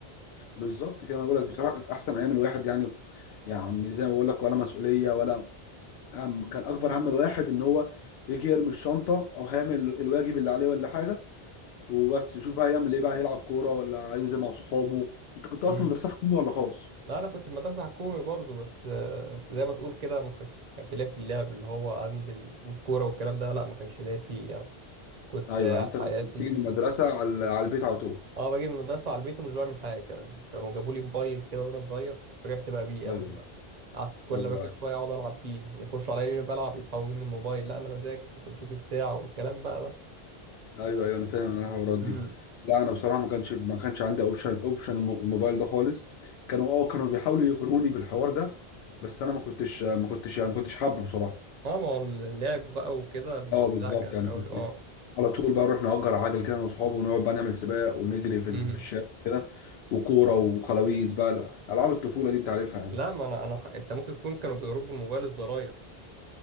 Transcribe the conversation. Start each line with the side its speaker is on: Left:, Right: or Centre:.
Left: بالظبط كده انا بقول لك بصراحه كانت احسن ايام الواحد يعني يعني زي ما بقول لك ولا مسؤوليه ولا هم كان اكبر هم الواحد ان هو يجي يرمي الشنطه او هيعمل الواجب اللي عليه ولا حاجه وبس يشوف بقى يعمل ايه بقى هيلعب كوره ولا هينزل مع صحابه انت كنت
Right: بقى
Left: اصلا مدرسه حكومي ولا خاص
Right: لا انا كنت في مدرسه حكومي برضو بس آه، زي ما تقول كده ما كان- ما كانش ليا في اللعب اللي هو انزل والكوره والكلام ده لا ما كانش ليا فيه يعني كنت
Left: ايوه
Right: آه،
Left: انت كنت
Right: حياتي
Left: بتيجي من المدرسه على على البيت على طول
Right: اه باجي من المدرسه على البيت ومش بعمل حاجه كمان كانوا جابوا لي موبايل كده وانا صغير وفرحت بقى بيه قوي
Left: ايوه
Right: بقى قعدت كل
Left: ايوه
Right: ما باجي شويه اقعد العب بيه يخشوا عليا يقولوا لي بلعب يسحبوا مني الموبايل لا انا بذاكر كنت بشوف الساعه والكلام بقى ده
Left: ايوه ايوه انا فاهم انا الحوارات
Right: امم
Left: دي لا انا بصراحه ما كانش ما كانش عندي اوبشن اوبشن الم- الموبايل ده خالص كانوا اه كانوا بيحاولوا يغروني بالحوار ده بس انا ما كنتش ما كنتش يعني ما كنتش حابه بصراحه
Right: اه ما هو اللعب بقى وكده ال-
Left: اه بالظبط
Right: لا كان
Left: يعني
Right: حاول
Left: كنت
Right: اه
Left: على طول بقى نروح نأجر عجل كده انا واصحابي ونقعد بقى نعمل سباق ونجري في
Right: امم
Left: ال- في الشارع كده وكوره وخلاويز بقى العاب الطفوله دي انت عارفها يعني
Right: لا ما انا انا ح- انت ممكن تكون كانوا بيضربوا الموبايل الزراير